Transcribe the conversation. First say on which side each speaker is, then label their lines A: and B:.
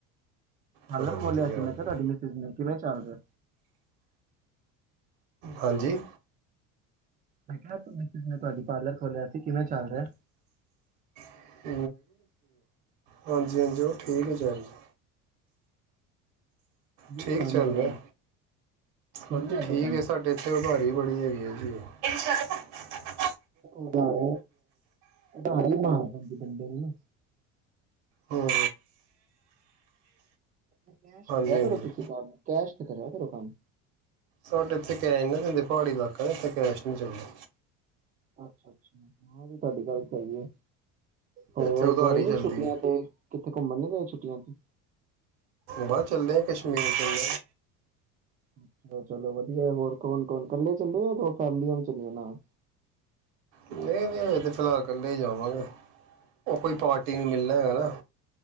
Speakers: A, on the right; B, on the right.
A: ਪਾਰਲਰ
B: ਚਲੋ
A: ਖੋਲਿਆ
B: ਵਧੀਆ
A: ਸੀ,
B: ਹੋ
A: ਮੈਂ ਕਿਹਾ
B: ਗਿਆ।
A: ਤੁਹਾਡੀ ਮਿਸਜ ਨੇ ਕਿਵੇਂ ਚੱਲ ਰਿਹਾ।
B: ਹਾਂਜੀ।
A: ਮੈਂ ਕਿਹਾ, ਤੁਹਾਡੀ ਮਿਸੇਜ ਨੇ ਪਾਰਲਰ ਖੋਲਿਆ ਸੀ ਕਿਵੇਂ ਚੱਲ ਰਿਹਾ।
B: <unintelligible> ਹਾਂਜੀ- ਹਾਂਜੀ ਉਹ ਠੀਕ ਹੀ ਚੱਲ ਰਿਹਾ। ਠੀਕ
A: ਹੈ ਕੰਮ
B: ਚੱਲ
A: ਵਗੈਰਾ
B: ਰਿਹਾ। ਹਾਂਜੀ
A: ਚੱਲਦਾ
B: ਠੀਕ
A: ਕੰਮ
B: ਹੈ, ਸਾਡੇ ਇੱਥੇ ਉਧਾਰੀ ਬੜੀ ਹੈਗੀ ਹੈ ਜੀ। <unintelligible>
A: ਉਧਾਰ, ਉਧਾਰੀ ਹੀ ਮਾਰ ਦਿੰਦੀ ਬੰਦੇ ਨੂੰ
B: ਹੂੰ
A: ਕੈਸ਼
B: ਹਾਂਜੀ
A: ਲਿਆ ਕਰੋ,
B: ਹਾਂਜੀ
A: ਤੁਸੀਂ ਕੰਮ ਕੈਸ਼ ਕਰਿਆ ਕਰੋ ਕੰਮ।
B: ਸਾਡੇ ਇੱਥੇ ਕਹ ਨਾ ਦਿੰਦੇ ਪਹਾੜੀ ਇਲਾਕਾ ਕਹੋ ਇੱਥੇ ਕੈਸ਼ ਨਹੀਂ ਚੱਲਦਾ।
A: ਅੱਛਾ, ਅੱਛਾ ਇਹ ਵੀ ਤੁਹਾਡੀ ਗੱਲ ਸਹੀ ਹੈ। ਹੋਰ
B: ਇੱਥੇ ਉਧਾਰੀ
A: ਗਏ
B: ਚੱਲਦੀ
A: ਨੀ ਛੁੱਟੀਆਂ
B: ਹੈ
A: ਤੇ ਕਿੱਥੇ ਘੁੰਮਣ ਨੀ। ਛੁੱਟੀਆਂ ਚ
B: ਬਾਹਰ ਚੱਲਦੇ ਆ, ਕਸ਼ਮੀਰ ਚੱਲ
A: ਅੱਛਾ, ਚਲੋ ਵਧੀਆ ਹੋਰ ਕੌਣ ਕੌਣ ਕੱਲੇ ਚੱਲੇ ਜਾਂ ਦੋ ਫੈਮਲੀਆਂ ਵੀ ਚੱਲੀਆ ਨਾਲ।
B: ਨਹੀਂ ਨਹੀਂ ਇਹ ਤੇ ਫਿਲਹਾਲ ਕੱਲੇ ਹੀ ਜਾਵਾਂਗੇ। ਉਹ ਕੋਈ ਪਾਰਟੀ
A: ਅੱਛਾ
B: ਨਹੀਂ ਮਿਲਣਾ ਹੈਗਾ ਨਾ।